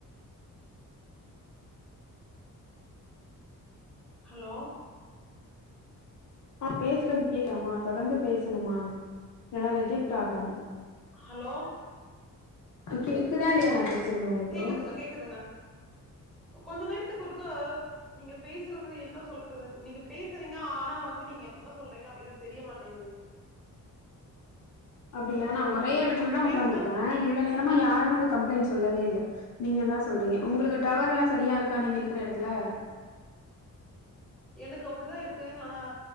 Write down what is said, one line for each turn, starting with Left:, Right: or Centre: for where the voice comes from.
Centre: ஹலோ
Left: ஆ பேசுறது கேட்காம்மா தொடர்ந்து பேசணுமா இல்லனா ரிஜெக்ட் ஆகு
Centre: ஹலோ
Left: கேக்குதா
Centre: ஹலோ
Left: இல்லையா நா பேசுறது உங்களுக்கு
Centre: கேக்குதுங்க கேக்குதுங்க கொஞ்சோ நேரத்துக்கு ஒருக்க நீங்க பேசுறது என்ன சொல்றது நீங்க பேசுறீங்க ஆனா வந்து நீங்க என்ன சொல்றீங்க அப்படிங்கது தெரியமாட்டேங்குது
Left: அப்டியா நா ஒரே
Centre: ஹல்
Left: இடத்துல
Centre: இப்ப
Left: தா
Centre: பேசுங்க
Left: உக்காந்துருக்க இவ்ள நேர இந்த மாரி யாருமே இந்த கம்ப்ளைண்ட் சொல்லவே இல்ல நீங்க தா சொல்றீங்க உங்களுக்கு டவர் எல்லா சரியா இருக்கா நீங்க இருக்ற இடத் துல
Centre: எனக்கு அப்டிதா இருக்கு ஆனா